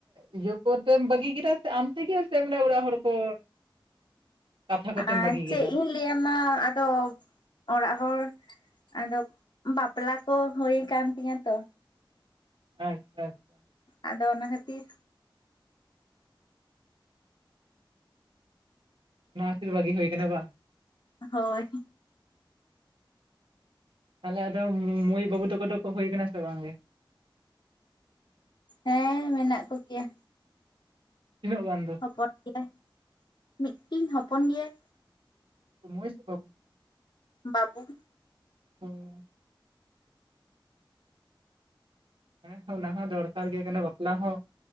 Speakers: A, on the right (about 75°); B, on the left (about 60°).
A: ᱤᱭᱟᱹ ᱠᱚ ᱛᱮᱢ ᱵᱟᱹᱜᱤ ᱠᱮᱫᱟ ᱥᱮ ᱟᱢ ᱛᱮᱜᱮ ᱥᱮ ᱢᱟᱱᱮ ᱚᱲᱟᱜ ᱦᱚᱲ ᱠᱚ ᱠᱟᱛᱷᱟ ᱠᱚᱛᱮᱢ
B: ᱟᱨ
A: ᱵᱟᱹᱜᱤ
B: ᱪᱮᱫ
A: ᱠᱮᱫᱟ
B: ᱤᱧ ᱞᱟᱹᱭᱟᱢᱟ ᱟᱫᱚ ᱚᱲᱟᱜ ᱦᱚᱲ ᱟᱫᱚ ᱵᱟᱯᱞᱟ ᱠᱚ ᱦᱳᱭ ᱠᱟᱱ ᱛᱤᱧᱟᱹ ᱛᱚ᱾
A: ᱟᱪᱪᱷᱟ᱾ ᱟᱪᱪᱷᱟ
B: ᱟᱫᱚ ᱚᱱᱟ ᱠᱷᱟᱹᱛᱤᱨ᱾
A: ᱚᱱᱟ ᱠᱷᱟᱹᱛᱤᱨ ᱵᱟᱹᱜᱤ ᱦᱩᱭ ᱠᱟᱱᱟ ᱵᱟᱝ᱾
B: ᱦᱳᱭ᱾
A: ᱛᱟᱦᱚᱸᱞᱮ ᱟᱫᱚ ᱢᱳᱭ ᱵᱟᱹᱵᱩ ᱛᱟᱠᱚ ᱫᱚᱠᱚ ᱦᱩᱭ ᱠᱟᱱᱟ ᱥᱮ ᱵᱟᱝ?
B: ᱦᱮᱸ ᱢᱮᱱᱟᱜ ᱠᱚ ᱜᱮᱭᱟ᱾
A: ᱛᱤᱱᱟᱹᱜ ᱜᱟᱱ ᱫᱚ᱾
B: ᱦᱚᱯᱚᱱ ᱜᱮᱭᱟᱭ, ᱢᱤᱫᱴᱤᱝ ᱦᱚᱯᱚᱱ ᱜᱮᱭᱟᱭ᱾
A: ᱢᱳᱭ ᱥᱮ ᱵᱟᱹᱵᱩ?
B: ᱵᱟᱵᱩ᱾
A: ᱦᱩᱸ᱾ ᱦᱮᱸ ᱚᱱᱟ ᱦᱚᱸ ᱫᱚᱨᱠᱟᱨ ᱜᱮ ᱠᱟᱱᱟ ᱵᱟᱯᱞᱟ ᱦᱚᱸ᱾